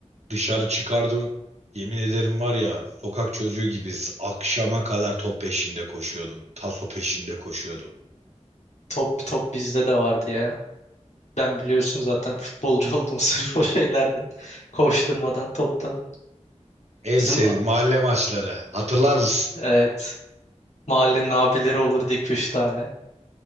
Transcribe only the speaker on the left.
Top top bizde de vardı ya. Ben biliyorsun zaten futbolcu oldum <laughs> sırf o şeylerden. Koşturmadan, toptan.
Bizim
evet mahallenin abileri olurdu iki üç tane.